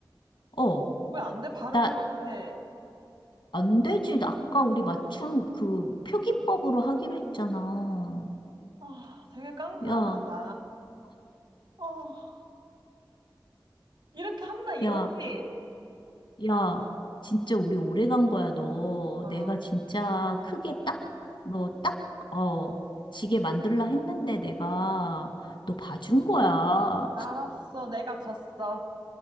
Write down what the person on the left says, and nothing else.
어,
나
안 되지. 아까 우리 맞춤 그 표기법으로 하기로 했잖아.
야,
야, 야, 진짜 우리 오래 간 거야, 너.
내가 진짜 크게 딱, 너 딱, 어, 지게 만들라 했는데 내가 너 봐준 거야.
<laughs>